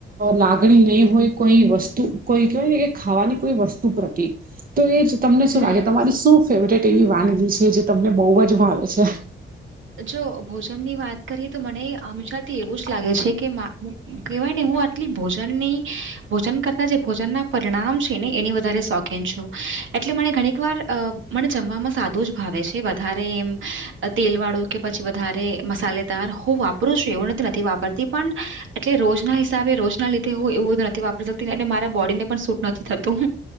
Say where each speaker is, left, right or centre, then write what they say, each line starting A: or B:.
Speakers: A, on the right; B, on the right.
A: લાગણી નહી હોય કોઈ વસ્તુ, કોઈ કેહેવાયને કે ખાવાની કોઈ વસ્તુ પ્રતિ તો એ તમને
B: હમ્મ.
A: શું લાગે, તમારી શું ફેવરેટ એવી વાનગી છે જે તમને બહુ જ ભાવે છે.
B: જો ભોજનની વાત કરીએ તો મને હંમેશાથી એવું જ લાગે છે કે મા, કહેવાય ને હું આટલી ભોજનની ભોજન કરતા જે ભોજનના પરિણામ છે ને એની વધારે શોખીન છું. એટલે મને ઘણીક વાર મને જમવામાં સાદું જ ભાવે છે વધારે એવું. તેલ વાળું કે પછી વધારે મસાલેદાર હું વાપરું છું એવુંને નથી વાપરતી પણ, એટલે રોજ ના હિસાબે રોજ ના લીધે હું એવું બધું નથી વાપરી શકતી અને મારા બોડીને પણ સૂટ નથી થતું.